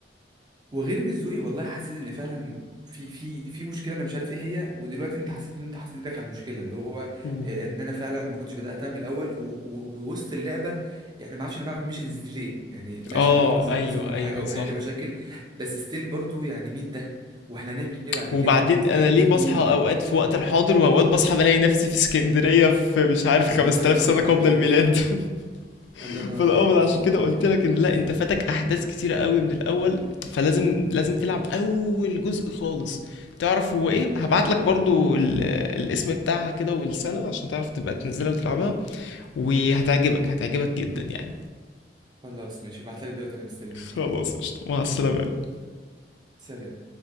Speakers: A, on the right; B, on the left.
A: وغير مش والله حسيت ان فعلا في في في مشكله انا مش عارف ايه هي ودلوقتي انت حسيت ان انت حاطط ايدك على المشكله اللي هو
B: مم.
A: آه، ان انا فعلا ما كنتش بداتها من الاول و- و- ووسط اللعبه يعني ما اعرفش انا بعمل ميشنز دي ليه يعني ماشي
B: اه
A: انا بنقذ
B: ايوه
A: الناس وكل
B: ايوه
A: حاجه وبحل
B: صح
A: مشاكل بس ستيل برضو يعني مين ده واحنا هنعمل ايه بعد
B: وبعدين
A: كده
B: انا ليه
A: مين
B: بصحى
A: دول
B: اوقات في وقت الحاضر واوقات بصحى بلاقي نفسي في اسكندرية في مش عارف
A: الله
B: 5000
A: ينور
B: سنة
A: عليك
B: قبل الميلاد
A: الله
B: <laughs>
A: ينور
B: فالاول
A: عليك بالظبط
B: عشان كده قلت
A: كده
B: لك ان لا
A: بالظبط
B: انت فاتك احداث كتيرة قوي من الاول فلازم لازم تلعب اول جزء خالص تعرف هو ايه هبعت لك برضو ال- الاسم بتاعها كده والسنة عشان تعرف تبقى تنزلها وتلعبها وهتعجبك هتعجبك جدا يعني
A: خلاص ماشي ابعتلي دلوقتي انا مستنيك
B: خلاص قشطة مع السلامة
A: سلام